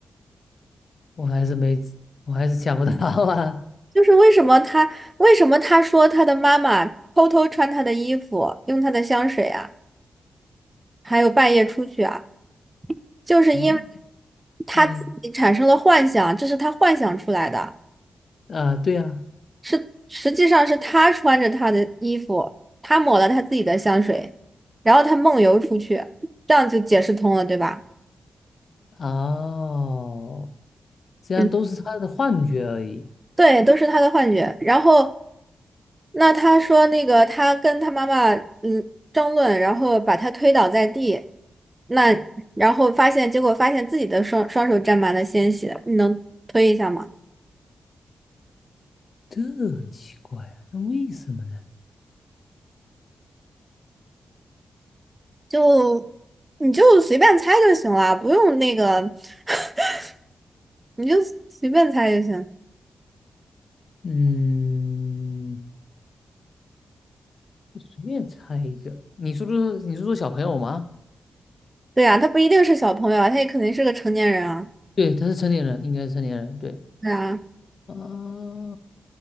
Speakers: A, on the left; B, on the right.
A: 我还是没，我还是想不到啊。
B: 就是为什么他为什么他说他的妈妈偷偷穿他的衣服，用他的香水啊，还有半夜出去啊，就是因为
A: 什么？
B: 他自己产生了幻想，
A: 嗯，
B: 这是他幻想出来的。
A: 啊，对呀、
B: 是实际上是他穿着他的衣服，他抹了他自己的香水，然后他梦游出去，这样就解释通了，对吧？
A: 哦，这样都是他的幻觉而已，
B: 嗯，对，都是他的幻觉。然后那他说那个他跟他妈妈嗯争论，然后把他推倒在地，那然后发现结果发现自己的双双手沾满了鲜血，你能推一下吗？
A: 这很奇怪啊，那为什么呢？
B: 就你就随便猜就行了，不用那个，<laughs> 你就随便猜就行。
A: 嗯，我随便猜一个，你说说，你说说小朋友吗？
B: 对呀，他不一定是小朋友啊，他也肯定是个成年人啊。
A: 对，他是成年人，应该是成年人，对。
B: 对啊，
A: 啊、